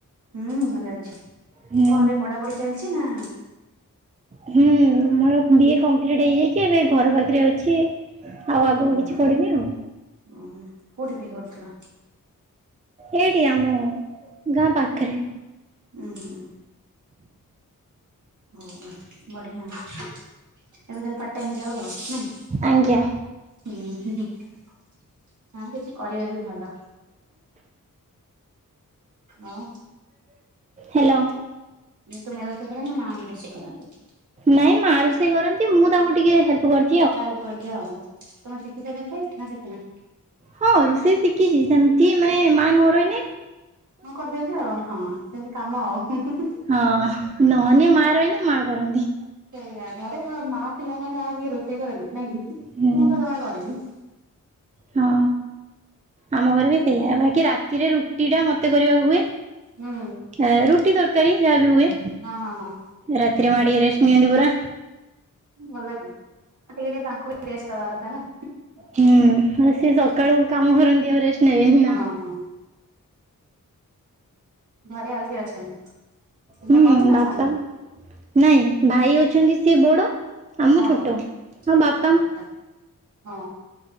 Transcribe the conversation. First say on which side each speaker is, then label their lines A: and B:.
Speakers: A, on the right (about 60°); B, on the right (about 20°).
A: ହୁଁ ଭଲ ଅଛି।
B: ହୁଁ
A: କଣ ଏବେ ପଢ଼ାପଢ଼ି ଚାଲିଛି ନା?
B: ହୁଁ ମୋର ବିଏ କମ୍ପଲିଟ ହେଇଯାଇଛି। ଏବେ ଘର ପାଖରେ ଅଛି। ଆଉ ଆଗକୁ
A: ଉଁ
B: କିଛି ପଢ଼ିନି ଆଉ।
A: ଓହୋ କୋଉଠି ବିଏ କରୁଥିଲ?
B: ଏଇଠି ଆମ ଗାଁ ପାଖରେ।
A: ହୁଁ-ହୁଁ। ହଁ ବଢିଆ। ଏବେ ତାହେଲେ ପାର୍ଟ ଟାଇମ ଜବ ଆଉ ନାଇଁ।
B: ଆଜ୍ଞା।
A: ହୁଁ ହୁଁ ହଁ କିଛି କରିବା ବି ଭଲ। ଆଉ
B: ହାଲୋ।
A: ତମେ ରୋଷେଇ କର ନା ମା ଏକା ରୋଷେଇ କରନ୍ତି।
B: ନାଇଁ ମା ରୋଷେଇ କରନ୍ତି ମୁଁ ତାଙ୍କୁ ଟିକେ ହେଲ୍ପ କରି-
A: ହେଲ୍ପ କରିଦିଅ ଆଉ ତମେ ସିକିଚ ରୋଷେଇ ନାଶିକିନ?
B: ହଁ ରୋଷେଇ ଶିକିଚି ସେମତି ମାନେ ମା ନରହିନେ
A: ଆ କରିଦିଅନ୍ତି ଆଉ ହଁ ସେମିତି କାମ ଆଉ ହୁ ହୁ ହୁ।
B: ହଁ ନହେନେ ମା ରହିନେ ମା କରନ୍ତି।
A: ସେଇଆ ଘରେ ମା ଥିଲା ମାନେ ଆଉ କିଏ ରୋଷେଇ କରେନ୍ତି ନାଇଁକି
B: ହୁଁ
A: ମୁଁତ ଜମା କରେନି।
B: ହଁ ଆମ ଘରେବି ସେଇଆ ବାକି ରାତିରେ ରୁଟିଟା ମତେ କରିବାକୁ ହୁଏ।
A: ହୁଁ
B: ଅ ରୋଟି ତରକାରୀ ଯାହାବି ହୁଏ।
A: ହଁ-ହଁ-ହଁ।
B: ରାତିରେ ମାଁ ଟିକେ ରେଷ୍ଟେ ନିଅନ୍ତି ପୁରା।
A: ଭଲବି ଆଟିକେ ଟିକେ ତାଙ୍କୁବି ରେଷ୍ଟ ଦବା କଥାନା।
B: ହୁଁ ଆଉ ସିଏ ସକାଳୁ କାମ କରନ୍ତି ଆଉ ରେଷ୍ଟ ନେବେନିନା।
A: ଓ ହଁ। ଘରେ ଆଉ କିଏ ଅଛନ୍ତି? ତୁମେ
B: ହୁଁ
A: ବଡ ନା
B: ବାପା
A: ସାନ
B: ନାଇଁ ଭାଇ ଅଛନ୍ତି ସିଏ ବଡ଼ ଆଉ ମୁଁ
A: ଓହୋ
B: ଛୋଟ। ଆଁ ବାପ୍
A: <unintelligible> ହଁ